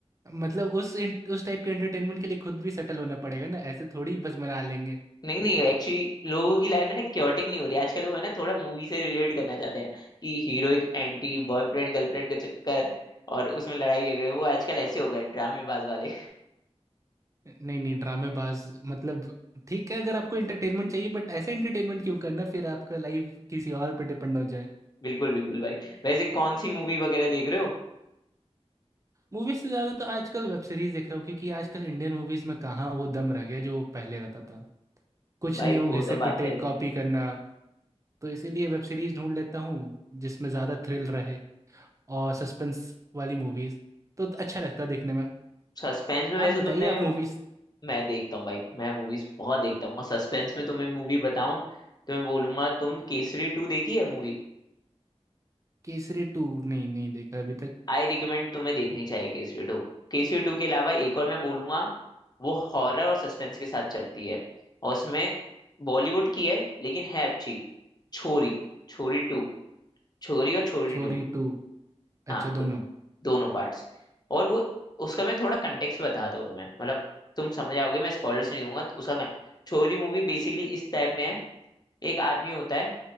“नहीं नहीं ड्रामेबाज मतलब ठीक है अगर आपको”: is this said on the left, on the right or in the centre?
Right